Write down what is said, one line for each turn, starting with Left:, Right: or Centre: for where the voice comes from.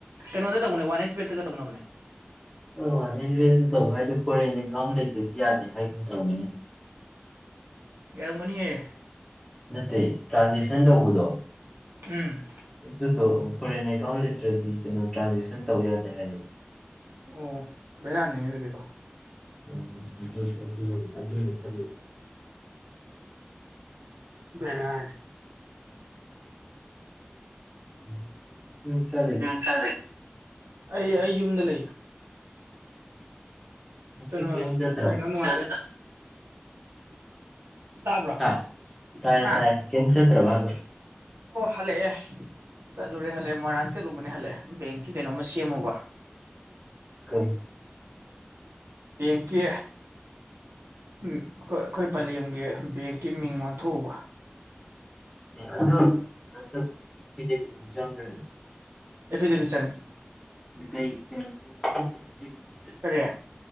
Right: ꯀꯩꯅꯣꯗ ꯇꯧꯕꯅꯦ ꯋꯥꯟ ꯑꯦꯛꯁꯄꯦꯗꯠꯇꯒ ꯇꯧꯅꯕꯅꯦ
Centre: ꯑꯧ ꯔꯦꯟ ꯔꯦꯟꯗ ꯇꯧꯕ ꯍꯥꯏꯗꯨꯣ ꯐꯣꯔꯦꯅꯦ ꯀꯔꯝ ꯂꯩꯇꯗꯤ ꯌꯥꯗꯦ ꯍꯥꯏꯒꯅ ꯇꯧꯃꯤꯅꯦ
Right: ꯌꯥꯔꯝꯒꯅꯤꯌꯦ
Centre: ꯅꯠꯇꯦ ꯇ꯭ꯔꯥꯟꯖꯦꯛꯁꯟ ꯇꯧꯕꯗꯣ
Right: ꯎꯝ
Centre: ꯑꯗꯨꯁꯨ ꯐꯣꯔꯦꯟ ꯑꯦꯀꯥꯎꯟ ꯂꯩꯇ꯭ꯔꯗꯤ ꯀꯩꯅꯣ ꯇ꯭ꯔꯥꯟꯖꯦꯛꯁꯟ ꯇꯧ ꯌꯥꯗꯦ ꯍꯥꯏꯌꯦꯕ
Right: ꯑꯣ ꯕꯦꯔꯥꯅꯤꯅꯦ ꯑꯗꯨꯗꯤꯀꯣ
Centre: ꯎꯝ ꯑꯗꯨ ꯑꯗꯨꯅꯤ ꯈꯜꯂꯤ
Right: ꯔꯔ
Centre: ꯎꯝ ꯎꯝ ꯐ
Right: ꯎ ꯑꯩ ꯑꯩ ꯌꯨꯝꯗ ꯂꯩꯌꯦ ꯀꯩꯅꯣ
Centre: ꯀ ꯆ ꯇꯔꯣ
Right: ꯀꯩꯅꯣ ꯅꯨꯡꯉꯥꯏꯔꯦ ꯇꯥꯕ꯭ꯔꯣ
Centre: ꯍꯥ ꯇꯥꯏꯌꯦ
Right: ꯍꯥ
Centre: ꯇꯌꯦ ꯀꯡ ꯀꯠꯇꯚꯥꯕ
Right: ꯑꯣ ꯍꯜꯦ ꯑꯦ ꯆꯠꯂꯨꯔꯦ ꯍꯜꯂꯦ ꯃꯣꯏꯔꯥꯡ ꯆꯠꯂꯨꯕꯅꯦ ꯍꯜꯂꯦ ꯕꯦꯡꯀꯤ ꯀꯩꯅꯣꯝꯃ ꯁꯦꯝꯃꯨꯕ
Centre: ꯀꯔꯤ
Right: ꯕꯦꯡꯀꯤ ꯑꯩ ꯑꯩꯈꯣꯏ ꯄꯂꯦꯝꯒꯤ ꯕꯦꯡꯀꯤ ꯃꯤꯡ ꯑꯣꯟꯊꯣꯛꯎꯕ
Centre: ꯑꯦ ꯑꯗꯨꯣ ꯀꯩꯅꯣ ꯇꯧꯅꯦ ꯑꯦꯐꯤꯗꯦꯕꯤꯠ ꯑꯃ ꯆꯪꯗ꯭ꯔꯣꯏꯅꯦ
Right: ꯑꯦ ꯐꯤꯗꯦꯕꯤ ꯆꯉ
Centre: <unintelligible>
Right: ꯀꯗꯦ